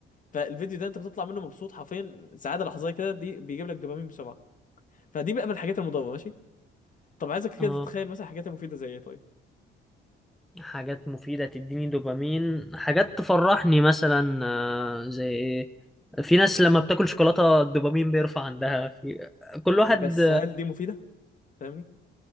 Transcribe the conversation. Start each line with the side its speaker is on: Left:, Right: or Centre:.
Left: فالفيديو ده انت بتطلع منه مبسوط حرفيا سعاده لحظيه كده دي بيجيب لك دوبامين بسرعه فدي بقى من الحاجات المضره ماشي طب عايزك كده
Centre: آه
Left: تتخيل مثلا الحاجات المفيده زي ايه طيب
Centre: حاجات مفيدة تديني دوبامين حاجات تفرحني مثلا آه، زي إيه في ناس لما بتاكل شوكولاتة الدوبامين بيرفع عندها في كل واحد
Left: بس هل دي مفيده فاهمني